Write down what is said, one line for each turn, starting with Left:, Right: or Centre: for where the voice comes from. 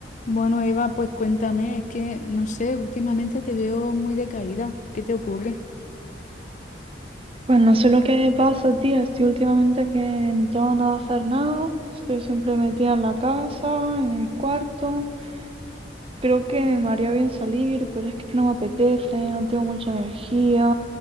Left: Bueno, Eva, pues cuéntame, es que no sé, últimamente te veo muy decaída. ¿Qué te ocurre?
Right: Pues no sé lo que me pasa, tía. Estoy últimamente que no tengo nada que hacer nada. Estoy siempre metida en la casa, en el cuarto. Creo que me haría bien salir, pero es que no me apetece, no tengo mucha energía.